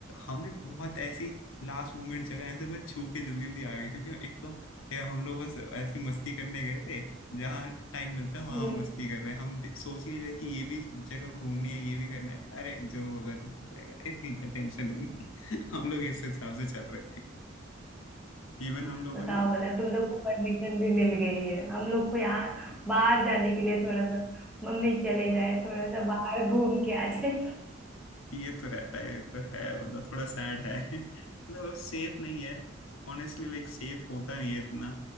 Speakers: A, on the left; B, in the centre.
A: हमने बहुत ऐसी लास्ट मोमेंट जगह ऐसे बस छू के जल्दी जल्दी आ गए क्योंकि एक तो क्या हम लोग बस ऐसी मस्ती करने गए थे जहाँ टाइम मिलता है वहां
B: हम्म
A: हम मस्ती कर रहे हैं हम दे- सोच ही नहीं रहे कि ये भी जगह घूमनी है ये भी करना है अरे जो होगा देखा जाएगा इतनी टेंशन लेनी <laughs> हम लोग इस हिसाब से चल रहे थे इवन हम लोगों
B: बताओ
A: ने
B: बोला तुम लोग को परमिशन भी मिल गई है हम लोग को यहाँ बाहर जाने के लिए थोड़ा सा मम्मी चले जाए थोड़ा सा बाहर घूम के आ जाए
A: ये तो रहता है ये तो है मतलब थोड़ा सैड है <laughs> मतलब सेफ नहीं है ऑनेस्टली लाइक सेफ होता नहीं है इतना